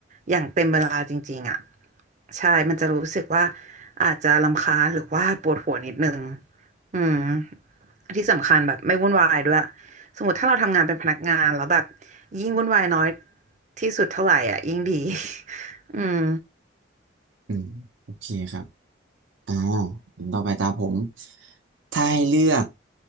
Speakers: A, on the right; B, on the right.
A: อย่างเต็มเวลาจริงๆอะใช่มันจะรู้สึกว่าอาจจะรำคาญหรือว่าปวดหัวนิดนึงอืม ที่สำคัญแบบไม่วุ่นวายด้วยสมมติถ้าเราทำงานเป็นพนักงานแล้วแบบยิ่งวุ่นวายน้อยที่สุดเท่าไหร่อ่ะยิ่งดี <laughs> อืม
B: อืมโอเคครับอ่าต่อไปตาผมถ้าให้เลือก